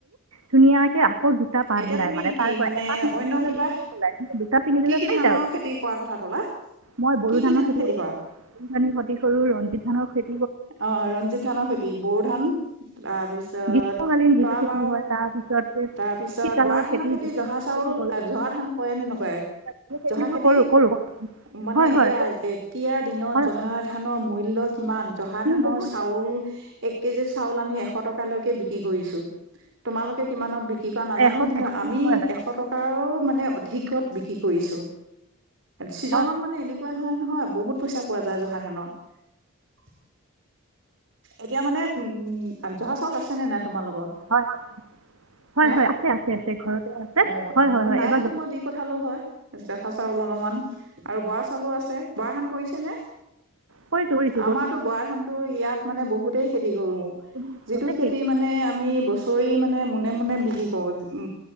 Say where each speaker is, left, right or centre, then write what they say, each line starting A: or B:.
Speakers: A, on the right (about 80°); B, on the right (about 60°).
A: ধুনীয়াকে আকৌ দুটা পাত
B: এতিয়া
A: ওলাই
B: তুমি
A: মানে
B: কি
A: তাৰ পৰা এটা চিঙি
B: অন্য
A: দিলে
B: কিবা
A: দুটা ওলাই কিন্ত দুটা চিঙি দিলে
B: কি কি
A: চাৰিটা
B: ধানৰ
A: ওলায়
B: খেতি কৰা কথা ক'লা
A: মই <unintelligible> খেতি
B: কি কি ধান কৰা
A: কৰো ৰঞ্জিধানৰ <unintelligible>
B: অ ৰঞ্জিত ধানৰ খেতি বৰো ধান তাৰপিছত তাৰত
A: গ্ৰীষ্মকালীন যিটো
B: তৰা
A: খেতি
B: বাও
A: হয় তাৰপিছত
B: তাৰপিছত
A: শীতকালৰ
B: বৰা ধানৰ খেতি
A: যিটো
B: জহা চাউল
A: খেতি কৰো
B: জহা ধান কৰেনে নকৰে
A: সেই খেতিবোৰ
B: জহা খেতি
A: কৰো কৰো
B: মানে
A: হয় হয়
B: এতিয়া এতিয়াৰ দিনত
A: হয়
B: জহা
A: হয়
B: ধানৰ মূল্য কিমান জহা
A: হয়
B: ধানৰ
A: বহুত
B: চাউল এক কেজি চাউল আমি এশ টক লৈকে বিক্ৰী কৰিছো তোমালোকে কিমানত বিক্ৰী কি কৰা নাজানো
A: এশ
B: কিন্তু
A: এশ
B: আমি
A: হয় হয়
B: এশ টকাৰ মানে অধিকত বিক্ৰী কৰিছো
A: হয়
B: চিজনত মানে এনেকুৱা হয় নহয় বহুত পইচা পোৱা যায় জহা ধানত এতিয়া মানে উম জহা চাউল আছে নে নাই তোমালোকৰ
A: হয় হয় হয়
B: হে
A: হয় আছে আছে আছে ঘৰতে আছে
B: অ
A: হয় হয় হয়
B: নাই
A: এবাৰ
B: যদি মই দি পঠালো হয় জহা চাউল অলপমান আৰু বৰা চাউলো আছে বৰা ধান কৰিছে নে
A: কৰিছ <unintelligible>
B: আমাৰতো বৰা ধানটো ইয়াত মানে বহুতেই খেতি কৰো
A: ৰাখিছোঁ
B: যিটো
A: যে
B: খেতি মানে চৈ মানে মুনে মুনে বিক্ৰী কৰো উ